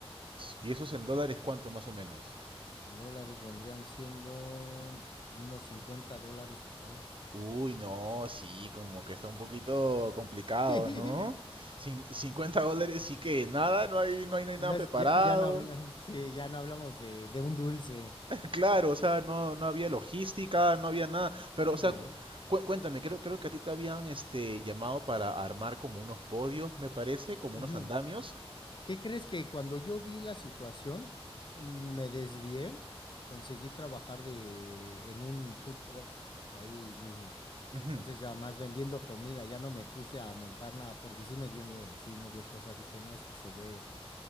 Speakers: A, on the right; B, on the left.
A: ¿Y eso es en dólares cuánto más o menos?
B: En dólares vendrían siendo unos 50 dólares por ahí.
A: Uy, no, sí, como que está un poquito complicado,
B: <laughs>
A: ¿no? Cin- 50 dólares sí que nada, no hay, no hay, no hay
B: No
A: nada preparado.
B: es- ya, ya no hablamos, <laughs> sí, ya no hablamos de, de un dulce.
A: <laughs> Claro, o sea, no, no había logística, no había nada. Pero,
B: Sí,
A: o sea,
B: no.
A: cu- cu- cuéntame, creo, creo que a ti te habían este, llamado para armar como unos podios, me parece, como
B: Ujú.
A: unos andamios.
B: ¿Qué crees que cuando yo vi la situación, me desvié y conseguí trabajar de, en un food truck ahí mismo?
A: Ujú.
B: Entonces, ya más vendiendo comida, ya no me puse a montar nada porque sí me dio miedo, sí me dio cosa. Dije, no, esto se ve